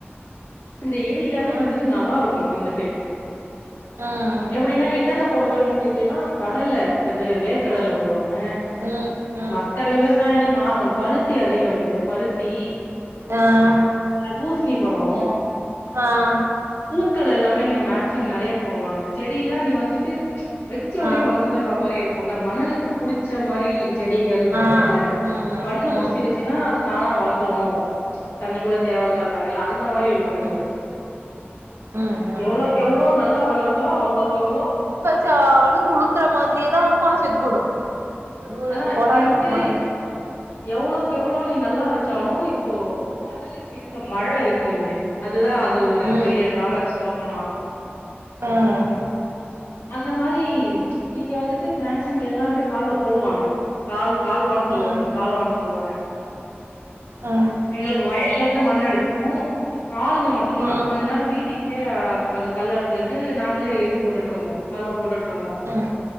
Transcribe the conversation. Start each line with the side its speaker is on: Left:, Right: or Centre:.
Left: இந்த ஏரியாவே
Right: ஆ
Left: வந்துட்டு நல்லா இருக்கு வந்துட்டு
Right: ம்
Left: எப்டின்னா என்னென்ன போடுவாய்ங்கன்னு கேட்டீனா கடல இது வேர்க்கடல போடுவாங்க
Right: உம் உ
Left: மத்த விவசாயம் எல்லா நார்மல் பருத்தி அதிகோ இங்க பருத்தி
Right: ஆஹ்
Left: பூசணி பழோ
Right: ஆஹ்
Left: பூக்கள் எல்லாமே இங்க மேக்சிமம் நெறைய போடுவாங்க செடியெல்லா நீ வந்துட்டு வச்ச உடனே
Right: ஆ
Left: வளர்ந்துற்ற மாரி இருக்குல்ல மணலுக்கு புடிச்ச மாரி செடிகள்ம்பாய்ங்கல்ல
Right: ஆ ம் ம்
Left: மண்ணு
Right: ம்
Left: புடிச்சிருச்சுன்னா அது தானா வளர்ந்துரும் தண்ணி கூட தேவ இல்லம்பாய்ங்கல்லா அந்த மாரி இருக்கு இங்க
Right: ம் ம் ம்
Left: எவ்ளோக் எவ்ளோ நல்லா வளர்தோ அவ்ளோக் அவ்ளோ
Right: சாலு துளுக்கற மாதிரியேதா இருக்கு ஆன செத்து போயிடு அது ஒரு
Left: அதா
Right: கோலாறு
Left: இங்க வந்துட்டு
Right: மண்ணு
Left: எவ்ளோக்கு எவ்ளோ நீ நல்லா வச்சாலு இப்போ மணலுக்கேத் மழ இருக்கு இங்க அதுதா அது ஒரு
Right: ம்
Left: பெரிய டிராபேக் சொல்ல போனா
Right: ஆஹ்
Left: அந்த மாரி இங்க வந்துட்டு மேக்சிமம் எல்லாருமே கால்வா போடுவாங்க கால் கால்வான்னு சொல்லுவாங்க
Right: ம்
Left: காலவான்னு சொல்லுவாங்க
Right: ம் ம்
Left: எங்களுக்கு வயல்லந்து மண்ணு எடுத்துப்போ ஆளுங்க மட்டுந்தா
Right: ம்
Left: கொஞ்ச நாள் வீட்டுக்கிட்டே கொஞ்சோ கல் அருத்துக்கிட்டு நாங்களே இது போட்டுட்டு இருந்தோ கால்வா போட்டுட்டுருந்தோ
Right: ம்